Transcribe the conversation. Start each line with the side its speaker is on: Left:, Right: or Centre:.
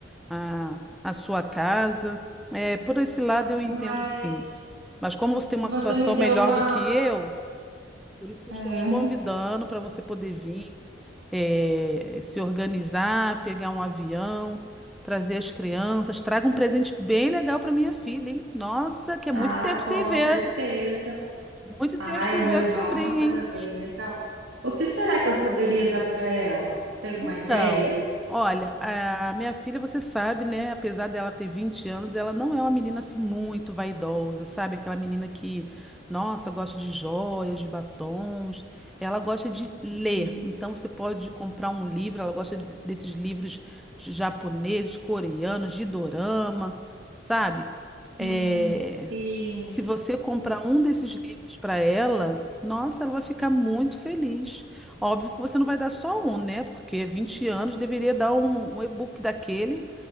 Centre: a, a sua casa. É, por esse lado eu entendo
Right: Mas
Centre: sim. Mas como você tem uma
Right: você
Centre: situação
Right: me deu
Centre: melhor
Right: uma.
Centre: do que eu, por isso que eu
Right: é,
Centre: estou te convidando
Right: <laughs>
Centre: para você poder vir, eh, se organizar, pegar um avião, trazer as crianças. Traga um presente bem legal para minha filha, hein? Nossa, que é
Right: Ah,
Centre: muito tempo
Right: com
Centre: sem ver.
Right: certeza.
Centre: Muito
Right: Ah,
Centre: tempo sem
Right: eu vou
Centre: ver
Right: levar
Centre: a sobrinha,
Right: uma coisa
Centre: hein?
Right: bem legal. O que será que eu poderia dar para ela? Você tem alguma
Centre: Então,
Right: ideia?
Centre: olha, a minha filha, você sabe, né? Apesar dela ter 20 anos, ela não é uma menina assim muito vaidosa, sabe? Aquela menina que, nossa, gosta de joias, de batons. Ela gosta de ler.
Right: Uhum.
Centre: Então, você pode comprar um livro. Ela gosta de- desses livros japoneses, coreanos, de dorama, sabe? Eh,
Right: Hum, sim,
Centre: se você comprar um desses livros para ela, nossa, ela vai ficar muito feliz. Óbvio que você não vai dar só um, né? Porque 20 anos deveria dar um, um e-book daquele